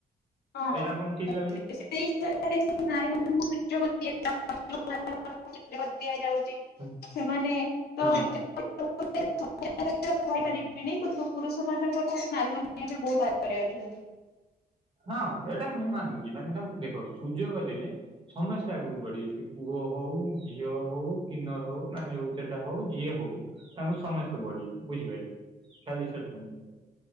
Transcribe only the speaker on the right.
ଏଇଟା ଆପଣକୁ ଠିକ୍ ଲା
ହଁ।
ହଁ
ହୁଁ,
ହଁ ଏଇଟା ମୁଁ ମାନୁଚି ମାନେ ତାଙ୍କୁ ଦେଖ ସୁଯୋଗ ଦେଲେ ସମସ୍ତେ ଆଗକୁ ବଢ଼ିବେ ସେ ପୁଅ ହଉ । ଝିଅ ହଉ କିନର ହଉ ଯୋଉ ସେଟା ହଉ ଯିଏ ହଉ ତାଙ୍କୁ ସମସ୍ତେ ବଢିବେ ବୁଝିପାରିଲେ। ଖାଲି ସେଟା ନୁହେଁ